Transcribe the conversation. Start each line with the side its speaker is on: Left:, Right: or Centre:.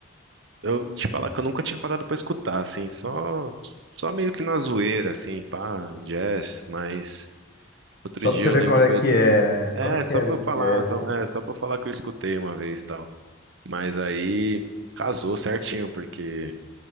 Right: eu te falar que eu nunca tinha parado pra escutar, assim, só só meio que na zoeira, assim, pá, jazz, mas outro
Left: Só
Right: dia
Left: pra você
Right: eu
Left: ver
Right: lembro
Left: qual é
Right: que
Left: que
Right: eu...
Left: é, né?
Right: É,
Left: Qual é que
Right: só
Left: era
Right: pra
Left: esse
Right: eu falar,
Left: jazz
Right: só,
Left: aí?
Right: é, só pra eu falar que eu escutei uma vez, tal. Mas aí casou certinho, porque